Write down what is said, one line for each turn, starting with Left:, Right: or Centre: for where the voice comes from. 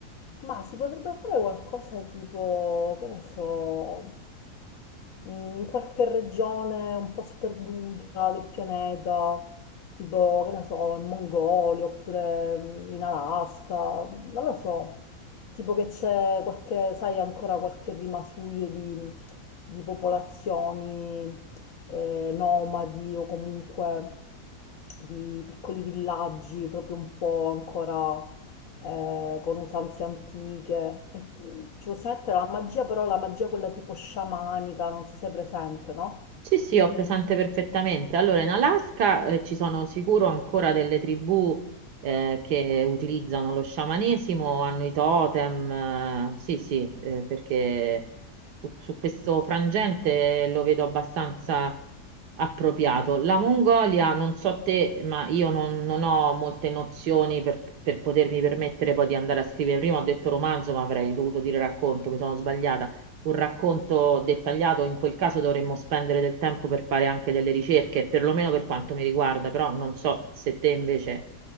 Left: Ma si potrebbe fare qualcosa tipo, che ne so, mh, in qualche regione un po' sperduta del pianeta, tipo, che ne so, in Mongolia oppure mh, in Alaska, non lo so, tipo che c'è qualche, sai, ancora qualche rimasuglio di, di popolazioni eh, nomadi o comunque di piccoli villaggi proprio un po' ancora eh, con usanze antiche. E ci ci possiamo mettere la magia, però la magia quella tipo sciamanica, non so se è presente, no?
Right: Sì, sì, ho presente perfettamente. Allora, in Alaska eh, ci sono sicuro ancora delle tribù eh, che utilizzano lo sciamanesimo, hanno i totem. eh, sì, sì, eh, perché su, su questo frangente lo vedo abbastanza appropriato. La Mongolia, non so te, ma io non, non ho molte nozioni per, per potermi permettere poi di andare a scrivere. Prima ho detto romanzo, ma avrei dovuto dire racconto, mi sono sbagliata. Un racconto dettagliato, in quel caso dovremmo spendere del tempo per fare anche delle ricerche, perlomeno per quanto mi riguarda, però non so se te invece